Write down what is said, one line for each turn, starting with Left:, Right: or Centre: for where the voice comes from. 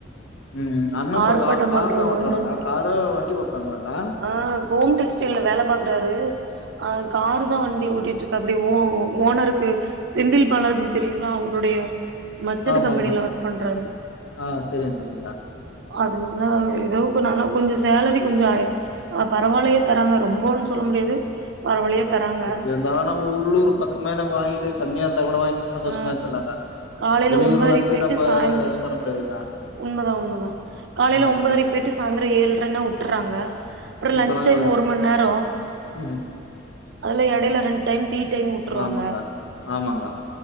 Left: ம் அண்ண இப்ப
Right: ஆர்ப்பாட்ட
Left: கார்
Right: பண்றான
Left: தா ஓட்டுறாராக்கா
Right: என்னனு தெர்ல
Left: காரோ வண்டி ஓட்டுறாங்களாக்கா
Right: ஆ ஹோம்டெக்ஷ்டைல வேல பாக்குறாரு ஆ காரு தா வண்டி ஓட்டிட் <unintelligible> அப்டி ஓ ஓனருக்கு செந்தில் பாலாஜி தெரியுங்ளா அவருடைய மச்சன
Left: ஆமா
Right: கம்பெனில
Left: ஆமா ச்
Right: ஒர்க் பண்றாரு
Left: ஆ தெரியு தெரியுக்கா
Right: அதனால ஏதோ நாலா கொஞ்ச சேலரி கொஞ்ச பரவாயில்லயே தராங்க ரொம்பன்னு சொல்ல முடியாது பரவால்லயா தராங்க
Left: இருந்தாலு நம்ம உள்ளூர் பக்கமே நம்ம வாங்கிட்டு கம்மியா கூட வாங்கிட்டு சந்தோஷமா
Right: ஆ
Left: இருந்துலாங்க
Right: காலையில
Left: வெளியூர்
Right: ஒன்பதரைக்
Left: வந்து
Right: போயிட்டு
Left: நம்ம
Right: சாய்ந்துரோ
Left: இது பண்ண முடியாதுக்கா
Right: உண்மதா உண்மதா காலையில
Left: ஆமாக்கா
Right: ஒன்பதரைக் போய்ட்டு சாந்தரோ ஏழ்ற னா வுட்டுறாங்க அப்றோ
Left: இப்ப
Right: லஞ்ச்
Left: நாங்க
Right: டைம் ஒரு மண்நேரோ
Left: ம்
Right: அதுல எடைல ரெண்டு டைம் டீ உட்டுருவாங்க
Left: ஆமாங் கா ஆமாங் கா